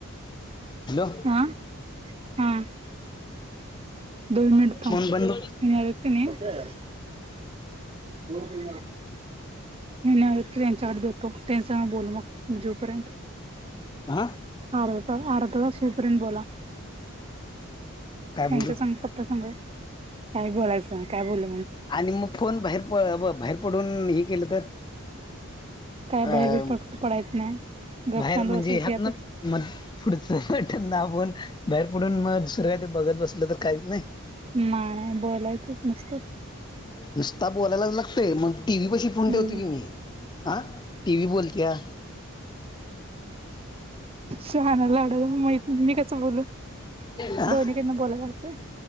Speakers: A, on the left (about 20°); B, on the right (about 25°).
A: हॅलो
B: हा हा दोन मिनट थांब
A: फोन
B: ह्यांनी
A: बंद
B: आलीत की न्हाय होर कण मी नाही क्रेनचा आर्ट देतो त्यांचा म बोलू मग जूपर्यंत
A: ह
B: आ आडत सूपरन बला
A: काय बोलू
B: यांच्या सांग पप्पा सांगा काय बोलायचं काय बोल
A: आणि मग फोन बाहेर बाहेर पडून हे केलं तर
B: काय
A: अ
B: भहेरबर प पडायचं नाही गप
A: बाहेर
B: शांत
A: म्हणजे
B: बसायचं
A: ह्यात
B: यातच
A: ना म पुढच बटठन दाबूनण बाहेर पडून मग दुसरं काही ते बघत बसलं तर काहीच नाही
B: म बोलायचच मसत
A: नुसता बोलायलाच लागतंय मग टी व्ही पशी फोन
B: हम्म
A: ठेवतो की मी. हा टी वी बोलतिया.
B: शहान्या लवड्यालाच माहित मी कसं बोलू?
A: हा
B: दोन्हीकडन बोलाय लागतय.